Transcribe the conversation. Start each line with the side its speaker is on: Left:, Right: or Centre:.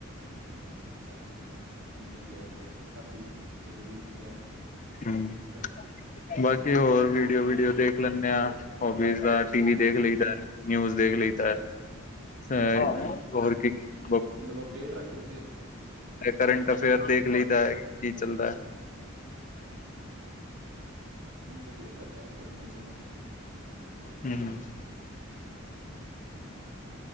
Right: ਅੱਛਾ ਅੱਛਾ ਜੀ ਵਧੀਆ ਤੇ ਕਾਫ਼ੀ ਜ਼ਰੂਰੀ ਚੀਜ਼ਾਂ ਹੈ ।
Left: ਹੂੰ
Right: ਅੱਜ ਕੱਲ ।
Left: ਬਾਕੀ ਹੋਰ ਵੀਡੀਓ ਵੀਡੀਓ ਦੇਖ ਲੈਂਦੇ ਆ । ਹੋਬੀਸ ਦਾ ਟੀਵੀ ਦੇਖ
Right: ਹਮ
Left: ਲਈਦਾ ਨਿਊਜ਼ । ਦੇਖ ਲਈ ਤਾਂ ਅ ਹੋਰ
Right: ਹਾਂਜੀ
Left: ਕੀ ।
Right: ਮਤਲਬ ਅਪਡੇਟ ਰੱਖਦੇ ਓ।
Left: ਕਰੰਟ ਅਫੇਅਰ ਦੇਖ ਲਈਦਾ ਹੈ ਕੀ ਚੱਲਦਾ ਹੈ?
Right: ਨਹੀਂ ਵਧੀਆ ਗੱਲ ਹੈ ਐ ਤੇ ਹੋਣਾ ਚਾਹੀਦਾ ਹੈ ।
Left: ਹਮ ।